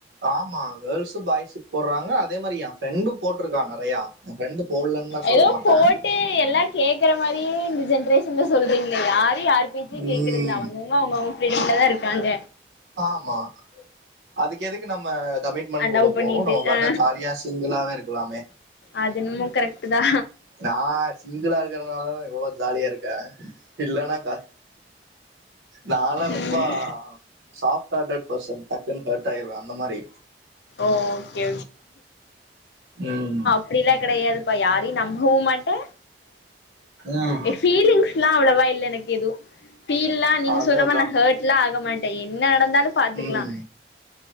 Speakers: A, on the right (about 80°); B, on the left (about 70°).
A: ஆமா கேர்ள்ஸ் பாய்ஸ்க்கு போடுறாங்க அதே மாரி‌ எ ஃப்ரெண்டு போட்டுருக்கா நறையா எ ஃப்ரெண்டு போடலன்லா சொல்ல
B: ஏதோ
A: மாட்ட
B: போட்டு எல்லா கேக்குற மாரியே இந்த ஜென்ரேஷன்ல சொல்றீங்ளே யாரு யாரு பேச்சயு கேக்குறதுல
A: ம்
B: அவங் க அவுங்க அவுங்க ஃப்ரீடம்லா தா இருக்காங்க
A: ஆமா அதுக் எதுக்கு நம்ம கமிட்மெண்ட்குள்ள
B: அ லவ் பண்ணிட்டு
A: போணு நம்ம பாட்ல
B: ஆ
A: ஜாலியா சிங்கிளாவே இருக்கலாமே
B: அது என்னமோ கரெக்ட்டு தா
A: நா சிங்கிளா இருக்கறதுனாலதா இவ்ளோ ஜாலியா இருக்க இல்லானாக்கா நாலா
B: ம்
A: ரொம்ப சாஃப்ட் ஹாட்டடு பர்சன் டக்குன் ஹர்ட் ஆயிருவ அந்த மாரி
B: ஓகே
A: ம்
B: அப்டில கெடையாதுப்பா யாரையு நம்பவு மாட்ட
A: ம்
B: எ ஃபீலிங்ஸ் லா அவ்ளோவா இல்ல எனக்கு எது ஃபீல்லா நீங்க
A: அதான்
B: சொல்ற
A: அதான்.
B: மாரி நா ஹர்ட்ல்லா ஆக மாட்ட என்ன நடந்தாலு பாத்துக்கலா
A: ம்